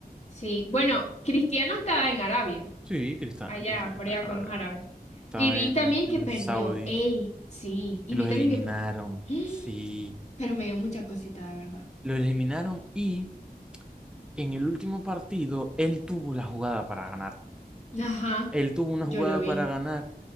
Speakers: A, on the left; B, in the centre.
A: sí. Bueno, Cristiano estaba en Arabia,
B: Sí, Cristiano,
A: allá,
B: Cristiano
A: por
B: está
A: allá
B: en Arabia.
A: con los árabes.
B: Está
A: Y vi
B: en,
A: también
B: en
A: que perdió.
B: Saudi.
A: Ey, sí. Y
B: Y los
A: vi también
B: eliminaron.
A: que... per- <gasps>
B: Sí.
A: Pero me dio mucha cosita, de verdad.
B: Los eliminaron y en el último partido él tuvo la jugada para ganar.
A: Ajá,
B: Él tuvo una
A: yo
B: jugada
A: lo vi.
B: para ganar